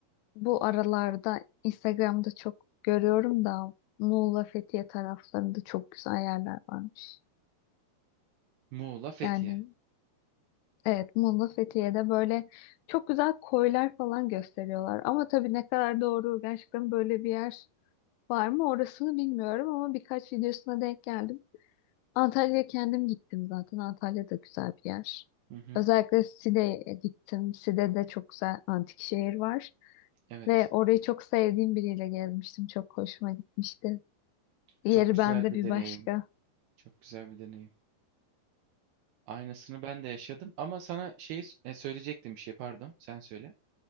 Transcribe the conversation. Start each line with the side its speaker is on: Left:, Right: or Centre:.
Left: bu aralarda Instagram'da çok görüyorum da Muğla Fethiye taraflarında çok güzel yerler varmış.
Right: Muğla, Fethiye.
Left: Yani evet Muğla Fethiye'de böyle çok güzel koylar falan gösteriyorlar. Ama tabii ne kadar doğru gerçekten böyle bir yer var mı orasını bilmiyorum ama birkaç videosuna denk geldim. Antalya'ya kendim gittim zaten. Antalya da güzel bir yer.
Right: Hı hı,
Left: Özellikle Side'ye gittim. Side'de çok güzel antik şehir var.
Right: evet.
Left: Ve orayı çok sevdiğim biriyle gezmiştim. Çok hoşuma gitmişti. Yeri
Right: Çok güzel
Left: bende
Right: bir
Left: bir
Right: deneyim.
Left: başka.
Right: Çok güzel bir deneyim. Aynısını ben de yaşadım ama sana şey e, söyleyecektim bir şey pardon. Sen söyle.